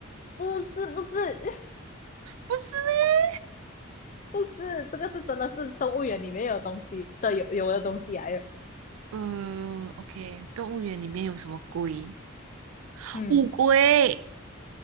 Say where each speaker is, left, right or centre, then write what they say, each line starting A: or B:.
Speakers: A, on the left; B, on the right.
A: 不是，不是，
B: 不是。
A: 不是，这个是真的是动物园里面有东西的，有有的东西来有。
B: 嗯，OK，动物园里面有什么龟？<gasps>
A: 嗯，
B: 乌龟。